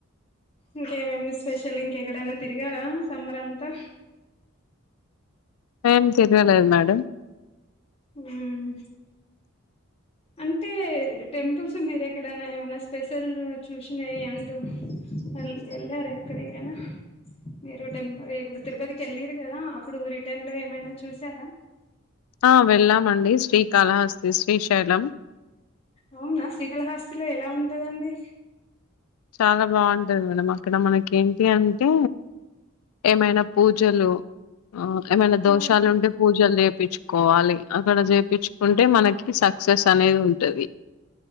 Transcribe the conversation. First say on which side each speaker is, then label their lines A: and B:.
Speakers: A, on the left (about 25°); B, on the left (about 85°).
A: ఇంకేమేమి స్పెషల్ ఇంకెక్కడైనా తిరిగారా సమ్మర్ అంతా
B: ఏం తిరగలేదు మేడం
A: ఉమ్ అంటే టెంపుల్స్ మీర ఎక్కడన్నా ఏమన్నా స్పెషల్ చూసినయి అంటూ అల్ వెళ్ళారా ఎక్కడికైనా మీరు టెపుల్ ఇప్పుడు తిరుపతికి వెళ్ళరు కదా అప్పుడు రిటర్న్ లో ఏమైనా చూసారా
B: ఆ వెళ్ళామండి శ్రీకాళా ఆస్తి శ్రీశైలం
A: అవునా శ్రీకాళహాస్తిలో ఎలా ఉంటదండి
B: చాలా బాగుంటది మేడమ్ అక్కడ మనకి ఏంటి అంటే ఏమైనా పూజలు ఏమనా దోష
A: ఆ
B: షాలు ఉంటే పూజల్ చే చేప్పించుకోవాలి అక్కడ చేపించుకుంటే మనకి సక్సెస్ అనేది ఉంటది